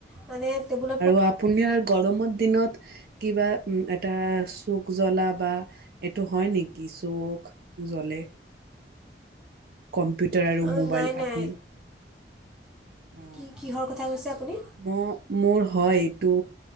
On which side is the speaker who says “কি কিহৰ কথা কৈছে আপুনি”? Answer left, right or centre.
Centre